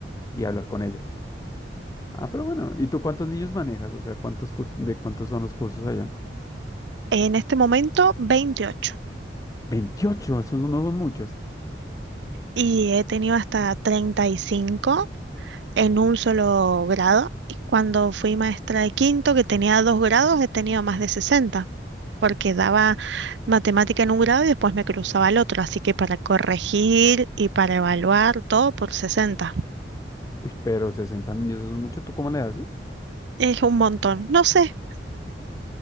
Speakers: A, on the left; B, on the right.
A: y hablar con ellas. Ah, pero bueno, ¿y tú cuántos niños manejas? O sea, ¿cuántos cur- de cuántos son los cursos allá?
B: En este momento, 28.
A: 28. esos no no son muchos.
B: Y he tenido hasta 35 en un solo grado. Y cuando fui maestra de quinto, que tenía dos grados, he tenido más de 60, porque daba matemática en un grado y después me cruzaba al otro. Así que para corregir y para evaluar, todo por 60.
A: Uy, pero 60 niños, eso es mucho. ¿Tú cómo le haces?
B: Es un montón. No sé,